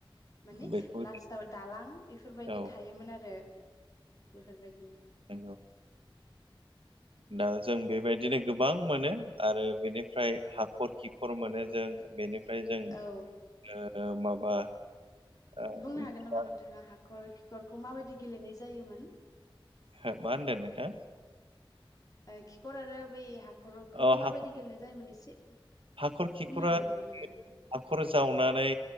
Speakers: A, on the left (about 40°); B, on the right (about 75°).
A: मानि
B: बेखौ
A: लास्टाव दालां इफोरबायदि
B: औ
A: थायोमोन आरो। बेफोरबायदि
B: औ। दा जों बेबायदिनो गोबां मोनो आरो बेनिफ्राय हाखर खिखर मोनो जों बेनिफ्राय जों
A: औ
B: माबा ओ
A: बुंनो हागोन नामा
B: मा
A: नोंथाङा? हाखर खिखरखौ माबायदि गेलेनाय जायोमोन।
B: हो मा होनदों नोंथा।
A: खिखर आरो बै हाखरखौ
B: अ हा-
A: माबायदि गेलेनाय जायोमोन एसे
B: हाखर खिखरा
A: बुंनो हागोन नामा नोंथाङा?
B: हाखर जावनानै